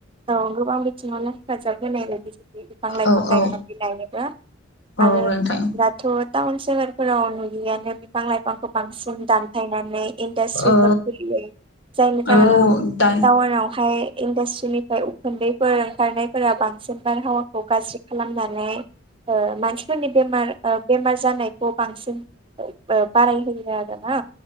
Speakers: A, on the right (about 25°); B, on the left (about 60°).
A: औ गोबां बिथिङावनो हेफाजाब होनाय बायदि बिफां लाइफां
B: औ
A: गायनानै
B: औ
A: लायोबा।
B: औ
A: आरो
B: नोंथां
A: दाथ' टाउन सोहोरफोराव नुयैआनो बिफां लाइफांफोर बांसिन दानफायनानै इन्डास्ट्रिफोर
B: औ
A: खुलियो जायनि जाहोनाव
B: औ दा
A: टाउन आवहाय इनडास्ट्रिनि फ्राय उखुन्दैफोर ओंखारनायफोरा बांसिन बारहावाखौ गाज्रि खालामनानै ओ मानसिफोरनि बेमार ओ बेमार जानायखौ बांसिन ओ बारायहोयो आरोना